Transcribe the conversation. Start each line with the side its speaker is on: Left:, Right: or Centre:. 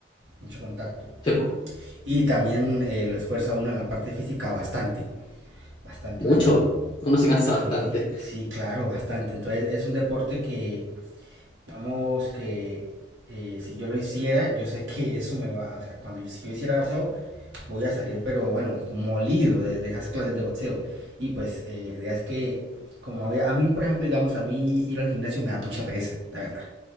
Right: mucho contacto.
Left: Sí, pues,
Right: Y también eh, lo esfuerza uno en la parte física bastante, bastante,
Left: mucho,
Right: bastante.
Left: uno se cansa
Right: Sí,
Left: bastante.
Right: sí, claro, bastante. Entonces es un deporte que, digamos que eh, si yo lo hiciera, yo sé que eso me va, o sea, cuando yo, si yo hiciera boxeo, voy a salir, pero bueno, molido de, de esas clases de boxeo. Y pues eh, la idea es que, como había, a mí, por ejemplo, digamos, a mí ir al gimnasio me da mucha pereza, la verdad.